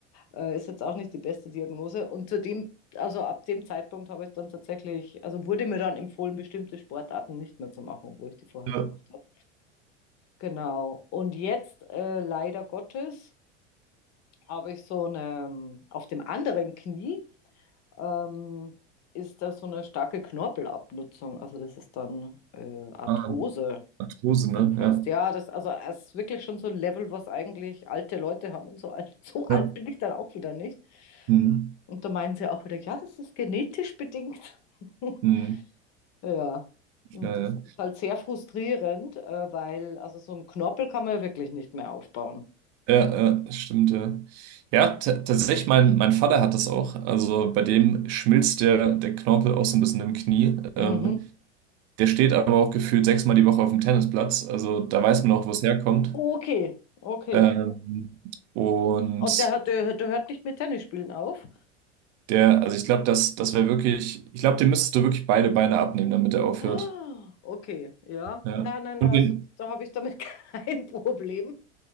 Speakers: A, on the left; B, on the right.
A: Äh, ist jetzt auch nicht die beste Diagnose. Und zudem, also ab dem Zeitpunkt habe ich dann tatsächlich, also wurde mir dann empfohlen, bestimmte Sportarten nicht mehr zu machen, obwohl ich die vorher
B: Ja.
A: gemacht habe. Genau. Und jetzt, äh, leider Gottes, habe ich so eine, auf dem anderen Knie ähm, ist da so eine starke Knorpelabnutzung. Also das ist dann äh, Arthrose
B: Ah, Arthrose, ne?
A: schon fast.
B: Ja.
A: Ja, das, also es ist wirklich schon so ein Level, was eigentlich alte Leute haben und so alt. <laughs> So alt
B: Ja.
A: bin ich dann auch wieder nicht.
B: Mhm.
A: Und da meinen sie auch wieder, ja, das ist genetisch bedingt. <laughs>
B: Mhm.
A: Ja, und
B: Ja,
A: das
B: ja.
A: ist halt sehr frustrierend, äh, weil also so einen Knorpel kann man ja wirklich nicht mehr aufbauen.
B: Ja, ja, stimmt, ja. Ja, ta- tatsächlich, mein, mein Vater hat das auch. Also bei dem schmilzt der, der Knorpel auch so ein bisschen im Knie. Ähm,
A: Mhm.
B: der steht aber auch gefühlt sechsmal die Woche auf dem Tennisplatz. Also da weiß man auch, wo es herkommt.
A: Okay, okay.
B: Ähm, und
A: Und der, hat- der, der hört nicht mit Tennis spielen auf?
B: der, also ich glaube, das, das wäre wirklich, ich glaube, dem müsstest du wirklich beide Beine abnehmen, damit er aufhört.
A: Ah, okay, ja.
B: Ja.
A: Nein, nein, nein,
B: Und
A: also
B: den,
A: da habe ich damit <laughs> kein Problem.